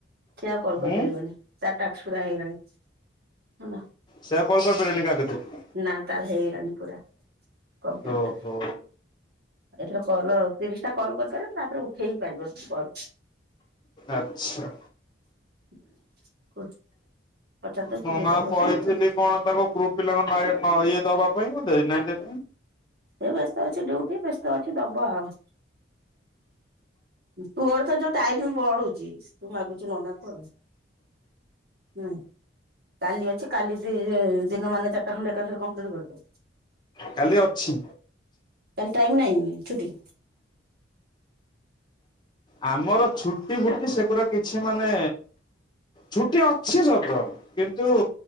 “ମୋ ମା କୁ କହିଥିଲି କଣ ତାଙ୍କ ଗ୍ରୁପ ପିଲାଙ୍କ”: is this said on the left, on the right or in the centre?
Left